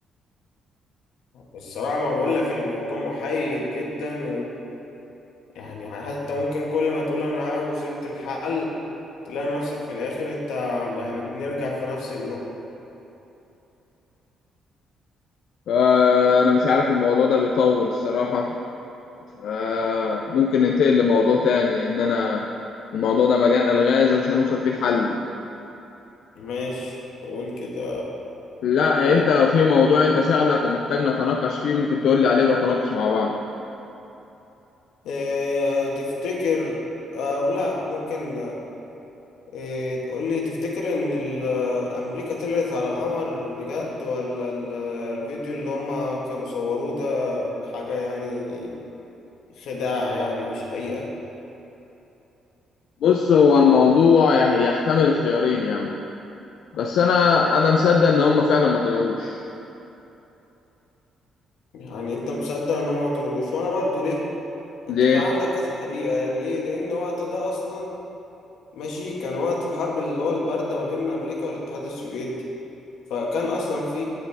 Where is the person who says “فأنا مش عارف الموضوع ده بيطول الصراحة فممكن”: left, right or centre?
Left